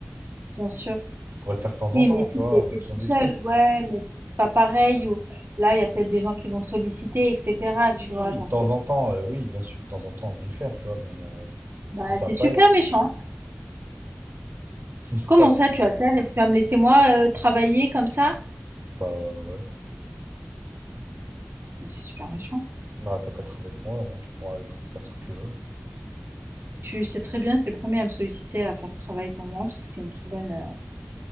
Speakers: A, on the right; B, on the right.
A: bien sûr.
B: je pourrais le faire de temps
A: Oui,
B: en temps,
A: mais si
B: tu vois,
A: tu étais
B: en fonction
A: tout
B: des
A: seul,
B: trucs.
A: ouais, mais pas pareil, ou là, il y a peut-être des gens qui vont te solliciter, etc.
B: Oui,
A: Tu vois, donc
B: de temps
A: c'est
B: en temps, euh, oui, bien sûr, de temps en temps, je vais le faire, tu vois, mais, euh,
A: bah,
B: mais ça
A: c'est
B: va pas
A: super
B: être.
A: méchant.
B: <laughs> Pourquoi
A: Comment
B: ce-
A: ça, tu vas le faire et tu vas me laisser moi euh, travailler comme ça?
B: Bah euh, ouais.
A: Mais c'est super méchant.
B: Bah, t'as qu'à être avec moi, au moins tu pourras être- faire ce que tu veux.
A: Tu sais très bien, tu es le premier à me solliciter à faire ce travail pour moi, parce que c'est une très bonne, euh,